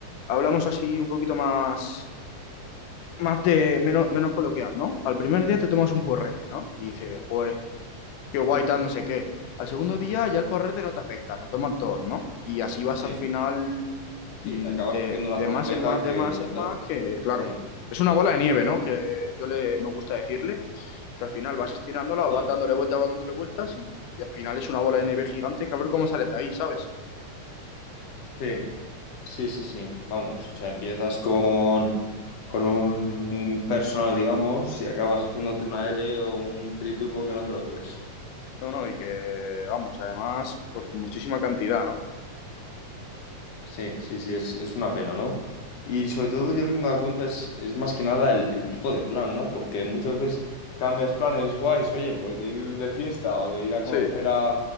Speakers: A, on the left; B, on the left.
A: hablamos así un poquito más más de menos menos coloquial, ¿no? Al primer día te tomas un porrete, ¿no? Y dices, joder, qué guay tal, no sé qué. Al segundo día ya el porrete no te afecta, te tomas dos, ¿no? Y así vas
B: sí,
A: al final
B: sí,
A: mm,
B: te acabas
A: de,
B: haciendo una
A: de
B: trompeta
A: más en más,
B: que
A: de más
B: no
A: en
B: te...
A: más,
B: la-
A: que claro,
B: Sí,
A: es una bola de nieve, ¿no? Que yo le me gusta decirle que al final vas estirándola, vas
B: sí,
A: dándole vueltas, vas dándole vueltas y, y al final es una bola de nieve gigante que a ver cómo sales de ahí, ¿sabes?
B: sí, sí, sí, sí, vamos. O sea, empiezas con... con un personal, digamos, y acabas haciéndote una
A: Sí.
B: L o un triturbo que no te lo crees.
A: No, no, y que, vamos, además, pues con muchísima cantidad, ¿no?
B: Sí, sí, sí, es, es una pena, ¿no? Y sobre todo yo lo que me he dado cuenta es, es más que nada el, el tipo de plan, ¿no? Porque muchas veces cambias planes guays, oye, pues de ir de fiesta o de ir a
A: Sí,
B: conocer a,